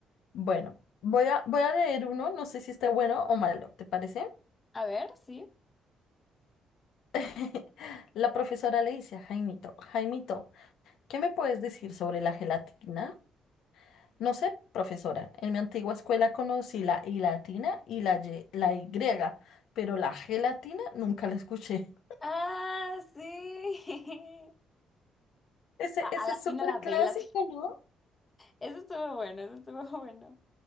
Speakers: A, on the left (about 80°); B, on the left (about 25°).
A: bueno, voy a, voy a leer uno, no sé si está bueno o malo, ¿te parece?
B: A ver, sí.
A: <laughs> La profesora le dice a Jaimito, Jaimito, ¿qué me puedes decir sobre la gelatina? No sé, profesora, en mi antigua escuela conocí la I latina y la Y, la Y, griega, pero la gelatina nunca la escuché.
B: Ah, sí. <laughs>
A: <laughs> Ese,
B: Va,
A: ese
B: A la
A: es súper
B: tina la
A: clásico,
B: vela. Eso estuvo bueno, eso estuvo <laughs> bueno.